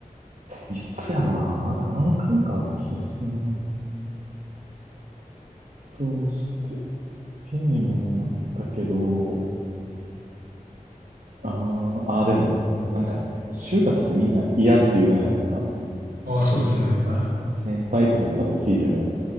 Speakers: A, on the right; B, on the right.
A: ー、いつやろな。なんか何回かある気がするな。どうして、ゲームもあったけど、あー、あーでも、なんか、就活ってみんな嫌って言うじゃないですか。
B: ああ、
A: その
B: そうっすね。はい
A: 先輩とかに多分聞いても、